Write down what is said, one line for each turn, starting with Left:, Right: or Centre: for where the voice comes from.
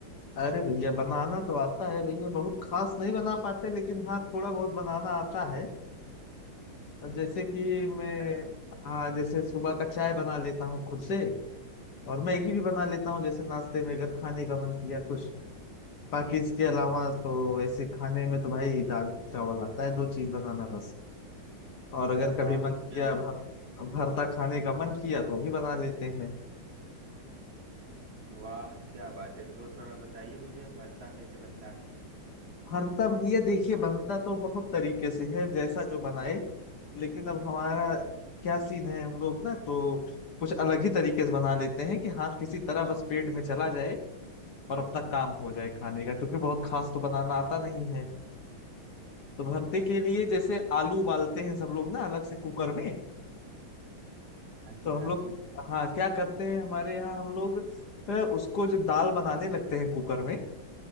Left: अरे भैया बनाना तो आता है भैया बहुत खास नहीं बना पाते लेकिन हाँ थोड़ा बहुत बनाना आता है और जैसे कि मैं
Right: अरे,
Left: हाँ जैसे सुबह का चाय बना लेता हूँ खुद से और मैगी भी बना लेता हूँ जैसे नाश्ते में अगर खाने का मन किया कुछ बाकी इसके अलावा तो ऐसे खाने में तो भाई दाल चावल आता है दो चीज बनाना बस और अगर
Right: वाह
Left: कभी मन किया
Right: क्या
Left: भर,
Right: बात है
Left: भरता खाने का मन किया तो भी बना लेते हैं
Right: वाह क्या बात है तो थोड़ा बताइए मुझे भरता कैसे बनता है
Left: भरता भैया देखिए
Right: हाँ
Left: बनता तो बहुत तरीके से है जैसा जो बनाए लेकिन अब हमारा क्या सीन है हम लोग ना तो कुछ अलग ही तरीके से बना लेते हैं कि हाँ किसी तरह बस पेट में चला जाए और अपना काम हो जाए खाने का क्योंकि बहुत खास तो बनाना आता नहीं है तो भरते के लिए जैसे आलू उबालते हैं सब लोग ना अलग से कुकर में
Right: हाँ जी
Left: तो हम
Right: हाँ
Left: लोग
Right: जी
Left: हाँ क्या करते हैं हमारे यहाँ हम लोग अ, उसको जब दाल बनाने लगते हैं कुकर में